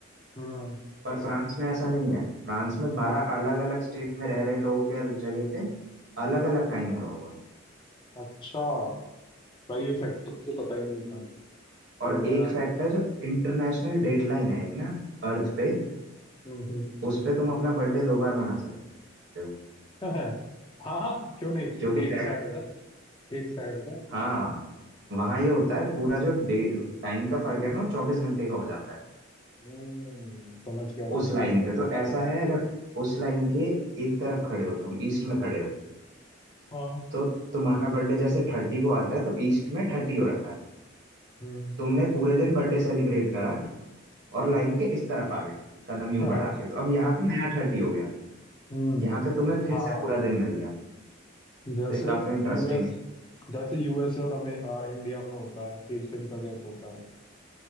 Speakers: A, on the left (about 25°); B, on the right (about 60°).
A: हम्म
B: पर फ्रांस में ऐसा नहीं है फ्रांस में बारह
A: हम्म।
B: अलग अलग स्टेट में रह रहे लोगों के जगह पे अलग अलग टाइम हो रहा होगा
A: अच्छा भाई ये फैक्ट तो मुझे पता ही नहीं था तुमने
B: और एक
A: यार
B: फैक्ट है जो इंटरनेशनल डेट लाइन है एक ना अर्थ पे
A: हम्म हम्म हम्म।
B: उस पे तुम अपना बर्थडे दो बार मना सकते हो
A: <laughs> हाँ हाँ क्यों नहीं
B: क्योंकि
A: एक
B: फ्लैट
A: साइड इधर एक साइड इधर
B: हाँ वहाँ ये होता है पूरा जो डे टाइम का फर्क है ना चौबीस घंटे का हो जाता है
A: हम्म समझ गया
B: उस
A: समझ
B: लाइन
A: गया
B: पे तो ऐसा है अगर उस लाइन के एक तरफ खड़े हो तुम ईस्ट में खड़े हो
A: हाँ
B: तो तुम्हारा बर्थडे जैसे थर्टी को आता है तो ईस्ट में थर्टी हो रखा है
A: हम्म
B: तुमने पूरे दिन बर्थडे सेलिब्रेट करा और
A: हम्म
B: लाइन के इस तरफ आ गए कदम यूं
A: <laughs>
B: बढ़ा
A: हाँ
B: के तो अब यहाँ पे नया थर्टी हो गया
A: हम्म
B: यहाँ पे तुम्हें फिर
A: हाँ
B: से पूरा दिन मिल गया
A: जैसे
B: तो ये काफी इंटरेस्टिंग
A: यूएस जैसे यूएसए और अमे, आ, इंडिया में होता है एक दिन का गैप होता है